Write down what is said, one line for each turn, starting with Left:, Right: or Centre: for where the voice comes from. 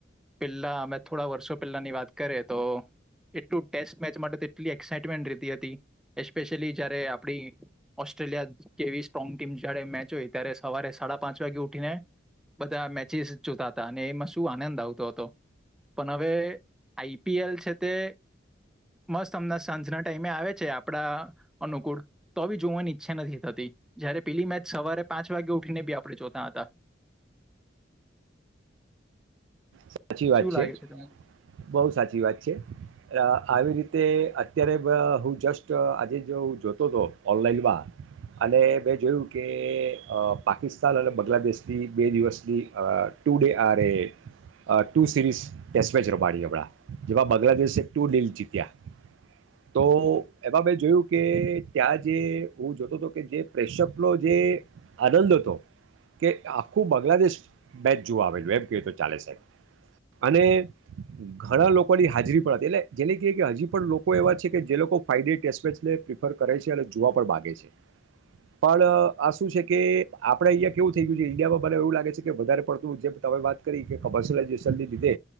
Centre: પહેલાં અમે થોડા વર્ષો પહેલાંની વાત કરીએ તો એટલું ટેસ્ટ મેચ માટે તો એટલી એક્સાાઈટમેન્ટ રેતી હતી એસ્પેશિયલી જ્યારે આપણી ઓસ્ટ્રેલિયા જેવી સ્ટ્રોંગ ટીમ જારે મેચ હોય ત્યારે સવારે સાડા પાંચ વાગે ઉઠીને બધા મેચિસ જોતા હતા અને એમાં શું આનંદ આવતો હતો પણ હવે આઈપીએલ છે તે મસ્ત અમણા સાંજના ટાઈમે આવે છે આપડા અનુકૂળ તો બી જોવાની ઈચ્છા નથી થતી જયારે પેલી મેચ સવારે પાંચ વાગે ઉઠીને બી આપણે જોતા હતા.
Right: સાચી વાત
Centre: શું
Right: છે
Centre: લાગે તમને
Right: બહુ સાચી વાત છે અ આવી રીત તે અત્યારે હું જસ્ટ આજે જો હું જોતો હતો ઓનલાઈનમાં અને મેં જોયું કે અ પાકિસ્તાન અને બાંગ્લાદેશની બે દિવસની અ ટુ ડે આ રે અ ટુ સિરીઝ ટેસ્ટ મેચ રમાડી હમણાં જેમાં બાંગ્લાદેશે ટુ ડીલ જીત્યા તો એમાં મેં જોયું કે ત્યાં જે હું જોતો હતો કે જે પ્રેશપનો જે આનંદ હતો કે આખું બાંગ્લાદેશ મેચ જોવા આવે એમ ક તો ચાલે સાહેબ અને ઘણા લોકોની હાજરી પણ હતી એટલે જેને કે કે હજી પણ લોકો એવા છે કે જે લોકો ફાયદે ટેસ્ટમેચને પ્રિફર કરે છે અને જોવા પણ માગે છે પણ આ શું છે કે આપડે અહિયા કેવું થઈ ગયું છે ઇન્ડિયામાં મને એવું લાગે છે કે વધારે પડતું જે તમે વાત કરી કે વર્સલાઇઝેશનને લીધે